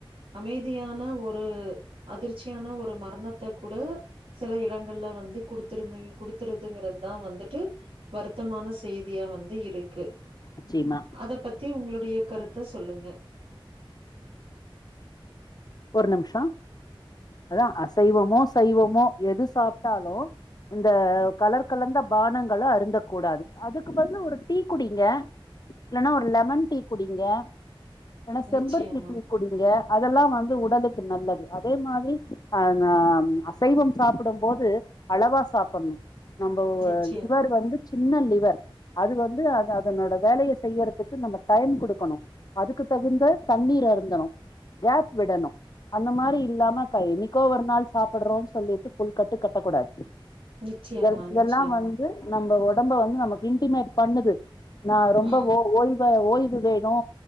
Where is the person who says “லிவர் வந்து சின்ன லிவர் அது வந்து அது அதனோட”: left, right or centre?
Left